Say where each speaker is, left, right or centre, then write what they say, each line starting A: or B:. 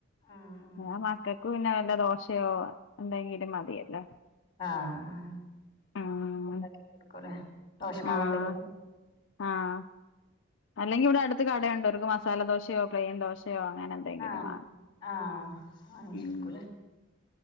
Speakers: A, on the left (about 25°); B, on the left (about 60°).
A: ഉം ഉം
B: ആഹ് മക്കൾക്ക് പിന്നെ വല്ല ദോശയോ എന്തെങ്കിലും മതിയല്ലോ
A: ആഹ്
B: ആഹ്
A: ഉണ്ടാക്കി കൊടുക്കൂലെ ദോശമാവണ്ടെങ്കിലിൽ
B: ആഹ് ആഹ് അല്ലെങ്കിവിടെ അടുത്ത് കടയുണ്ട് അവർക്ക് മസാലദോശയോ പ്ലെയിൻ ദോശയോ അങ്ങനെ എന്തെങ്കിലും
A: ആഹ്
B: വാങ്ങും
A: ആഹ് വാങ്ങിച്ചോടുക്കൂല
B: ഉം